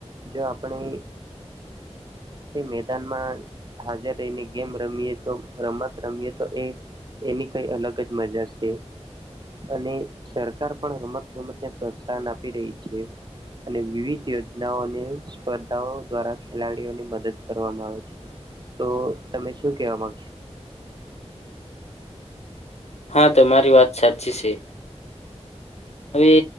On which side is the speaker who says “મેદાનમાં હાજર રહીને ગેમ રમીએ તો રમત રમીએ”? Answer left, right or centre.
Right